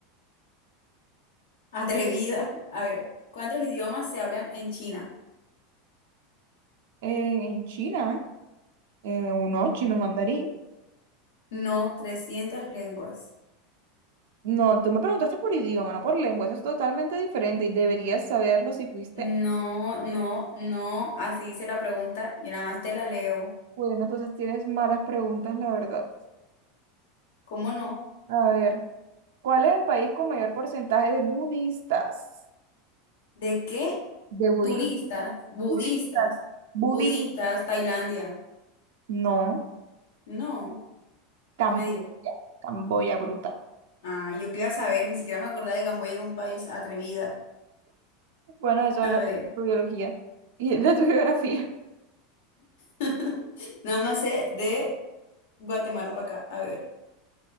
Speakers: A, on the left (about 80°); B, on the right (about 80°).
A: <laughs> Atrevida. A ver, ¿cuántos idiomas se hablan en China?
B: Eh, en China, eh, uno, chino mandarín.
A: No, trescientas lenguas.
B: No, tú me preguntaste por idioma, no por lengua, eso es totalmente diferente y deberías saberlo si fuiste.
A: No, no, no. Así dice la pregunta. Yo nada más te la leo.
B: Bueno, entonces tienes malas preguntas, la verdad.
A: ¿Cómo no?
B: A ver. ¿Cuál es el país con mayor porcentaje de budistas?
A: ¿De qué?
B: De budismo.
A: Turistas, budistas,
B: Budistas. Budi.
A: budistas, Tailandia.
B: No.
A: No,
B: Camboya.
A: no me digas.
B: Camboya bruta.
A: Ah, yo quería saber, ni siquiera me acordaba de que Camboya era un país atrevida.
B: Bueno, eso
A: A
B: habla
A: Ah, ver,
B: mucho de tu biología y <laughs> de tu geografía.
A: <laughs> nada más sé de Guatemala para acá. A ver,